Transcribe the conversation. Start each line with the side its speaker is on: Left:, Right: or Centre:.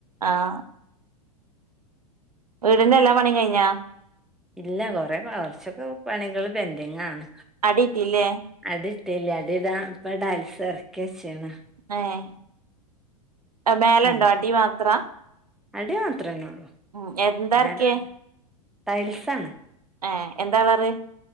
Right: ആഹ് വീടിന്റെ എല്ലാ പണിയും കഴിഞ്ഞാ
Centre: ഇല്ല കൊറേ കൊർച്ചൊക്കെ പണികള് പെൻന്റിങ്ങാണ്
Right: അടി ഇട്ടീല്ലേ
Centre: അടി ഇട്ടില്ല അടി ഇടാൻ ഇപ്പ ടൈൽസ് എറക്കി വെച്ച്ണ്
Right: ഏഹ് മേലണ്ടോ
Centre: ആ
Right: അടി മാത്ര
Centre: അടി മാത്രന്നേള്ളൂ
Right: ഉം എന്താ
Centre: മേലെല്ല
Right: എറക്കിയേ
Centre: ടൈൽസാണ്.
Right: ഏഹ് എന്താ കളറ്